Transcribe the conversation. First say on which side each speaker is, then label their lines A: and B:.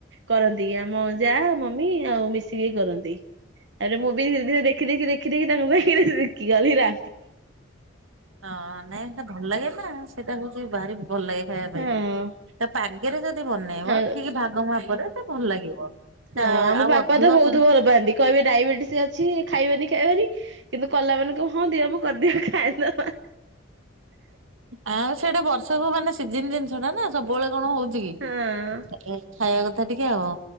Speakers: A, on the right (about 60°); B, on the right (about 80°).
A: କରନ୍ତି। ଆମ ଯାହା, ମମି ଆଉ' ମିଶିକି କରନ୍ତି। ତାପରେ ମୁଁ ବି ଧୀରେ, ଦେଖି, ଦେଖି, ଦେଖି, ଦେଖି ତାଙ୍କୁ ପାଖରେ ଶିଖିଗଲି ରା
B: ହଁ, ନାଇଁ ସେ ଭଲ ଲାଗେ ନା। ସେଇଟା ହଉଛି ବାରି ଭଲ ଲାଗେ ଖାଇବା
A: ହଁ
B: ପାଇଁ। ତା ପାଗରେ ଯଦି ବନେଇବ,
A: ହଁ
B: ଠିକ୍ ଭାଗ ମାପରେ ତ ଭଲ ଲାଗିବ। ତା
A: ହଁ, ଆମ
B: ଆଉ
A: ବାପା
B: ଅଧିକ
A: ତ ବହୁତ
B: ଚ
A: ଭଲ ପାଆନ୍ତି। କହିବେ ଡାଇବେଟିସ ଅଛି, ଖାଇବେନି, ଖାଇବାରି କିନ୍ତୁ କଲା ମାନେ କହିବେ, ହଁ ଦିଅ ମୁ କରିଦିଏ ଖାାଇଦବା।
B: ଆଉ ସେଇଟା ବର୍ଷକୁ ମାନେ, ସିଜନ ଜିନିଷଟା ନା, ସବୁବେଳେ କଣ ହଉଛି କି,
A: ହଁ
B: ଏଇ ଖାଇବା କଥା ଟିକେ ଆଉ।